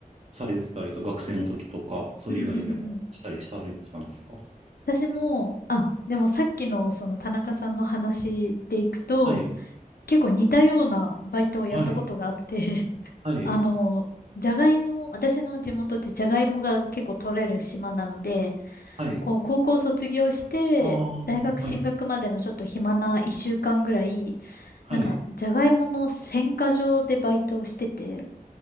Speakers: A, on the right; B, on the left.
A: されてたりと、学生の時とか、それ以外でもしたりされてたんですか
B: うんうんうん。私も、あ、でもさっきのその田中さんの話でいくと、
A: はい、
B: 結構似たようなバイトをやったことがあって、
A: はい、
B: <laughs>
A: はい、
B: あの、じゃがいも、私の地元ってじゃがいもが結構取れる島なので、
A: はい。
B: こう高校卒業して、
A: ああ、
B: 大学進学までのちょっと暇な一週間ぐらい、
A: はい、はい。
B: なんか、じゃがいもの選果場でバイトをしてて、